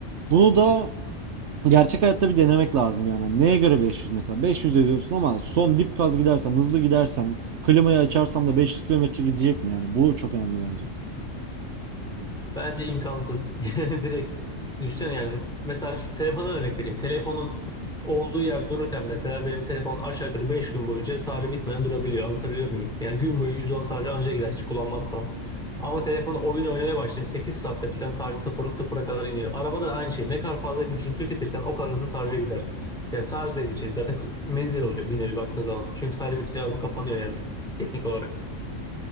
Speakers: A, on the right (about 65°); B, in the centre.
A: bunu da Gerçek hayatta bir denemek lazım yani. Neye göre 500 mesela? 500 ediyorsun ama son dip gaz gidersem, hızlı gidersem, klimayı açarsam da 500 kilometre gidecek mi yani? Bu çok önemli bence.
B: Bence imkansız. <laughs> Direkt düşünsene yani. Mesela şu telefona örnek vereyim. Telefonun olduğu yer dururken mesela benim telefon aşağı yukarı 5 gün boyunca şarjı bitmeden durabiliyor. Anlatabiliyor muyum? Yani gün boyu %10 şarjı anca gider hiç kullanmazsam. Ama telefonu oyun oynamaya başlayayım. Sekiz saatte falan şarjı sıfır, sıfıra kadar iniyor. Arabada da aynı şey. Ne kadar fazla gücünü tüketirsen o kadar hızlı şarja gider. Yani şarj dediğin şey zaten menzil oluyor bir nevi baktığın zaman. Çünkü şarjı bitince araba kapanıyor yani teknik olarak.